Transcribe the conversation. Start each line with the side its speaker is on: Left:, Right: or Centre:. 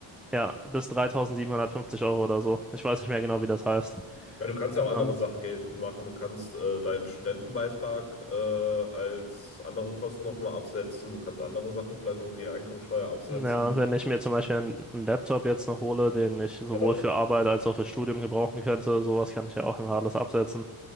Centre: ja, bis 3750 Euro oder so. Ich weiß nicht mehr genau, wie das heißt.
Left: ja du kannst ja auch andere
Centre: Ähm,
Left: Sachen geltend machen. Du kannst äh, deinen Studentenbeitrag äh, als andere Kosten nochmal absetzen. Du kannst andere Sachen vielleicht noch über die Einkommensteuer absetzen.
Centre: ja, wenn ich mir zum Beispiel einen, einen Laptop jetzt noch hole, den ich sowohl
Left: Genau.
Centre: für Arbeit als auch für Studium gebrauchen könnte, sowas kann ich ja auch immer alles absetzen.